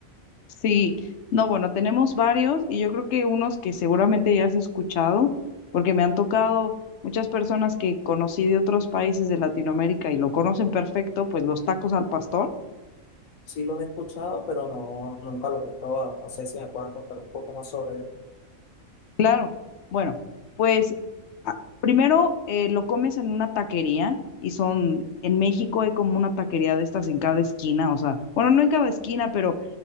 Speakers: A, on the left; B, on the left.
A: Sí, no, bueno, tenemos varios y yo creo que unos que seguramente ya has escuchado, porque me han tocado muchas personas que conocí de otros países de Latinoamérica y lo conocen perfecto, pues los tacos al pastor.
B: Sí los he escuchado, pero no, nunca los he probado. No sé si me puedan contar un poco más sobre
A: Claro, bueno, pues a- primero eh, lo comes en una taquería y son, en México hay como una taquería de estas en cada esquina, o sea, bueno, no en cada esquina, pero